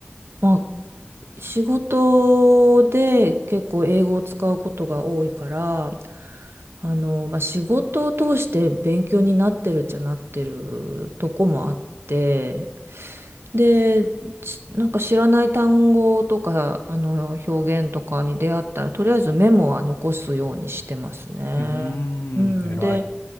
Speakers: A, on the right (about 85°); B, on the left (about 80°).
A: まあ、仕事で結構英語を使うことが多いから、あの、まあ、仕事を通して勉強になってるっちゃなってるとこもあって、で、しなんか知らない単語とか、あの、表現とかに出会ったら、とりあえずメモは残すようにしてますね。
B: うん。
A: うん。
B: うーん、偉い。
A: で、